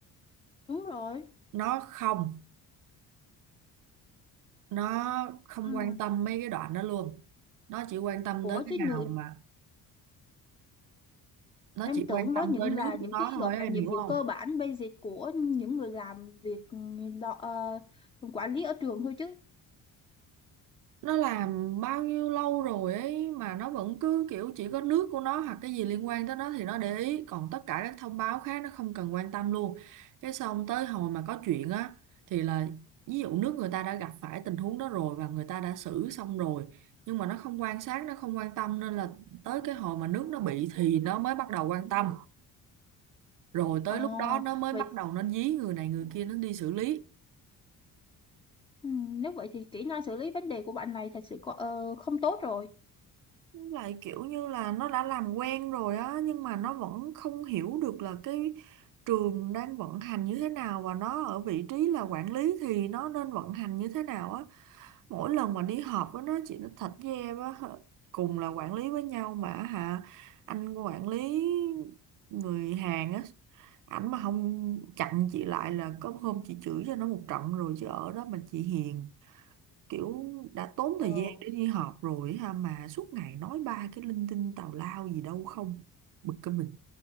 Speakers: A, on the left; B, on the right.
A: Đúng rồi.
B: nó không nó không
A: ừ.
B: quan tâm mấy cái đoạn đó luôn nó chỉ quan tâm
A: ủa
B: tới cái
A: chứ
B: nào
A: như
B: mà nó
A: em
B: chỉ
A: tưởng
B: quan tâm
A: đó những
B: tới nước
A: là
B: của
A: những
B: nó
A: cái
B: thôi
A: gọi là
B: em
A: nhiệm
B: hiểu
A: vụ
B: không
A: cơ bản basic của những người làm việc ừ, đo, ờ, quản lý ở trường thôi chứ
B: nó làm bao nhiêu lâu rồi ấy mà nó vẫn cứ kiểu chỉ có nước của nó hoặc cái gì liên quan tới nó thì nó để ý còn tất cả các thông báo khác nó không cần quan tâm luôn cái xong tới hồi mà có chuyện á thì là ví dụ nước người ta đã gặp phải tình huống đó rồi và người ta đã xử xong rồi nhưng mà nó không quan sát nó không quan tâm nên là tới cái hồi mà nước nó bị thì nó mới bắt đầu quan tâm rồi tới
A: ờ
B: lúc đó nó mới
A: vậy
B: bắt đầu nó dí người này người kia nó đi xử lý
A: ừ, nếu vậy thì kỹ năng xử lý vấn đề của bạn này thật sự có, ờ, không tốt rồi
B: lại kiểu như là nó đã làm quen rồi á nhưng mà nó vẫn không hiểu được là cái trường đang vận hành như thế nào và nó ở vị trí là quản lý thì nó nên vận hành như thế nào á mỗi lần mà đi họp với nó chị nó thật với em á cùng là quản lý với nhau mà hả anh quản lý người Hàn á ảnh mà không chặn chị lại là có hôm chị chửi cho nó một trận rồi chứ ở đó mà chị hiền kiểu đã tốn
A: ờ
B: thời gian để đi họp rồi ha mà suốt ngày nói ba cái linh tinh tào lao gì đâu không bực cái mình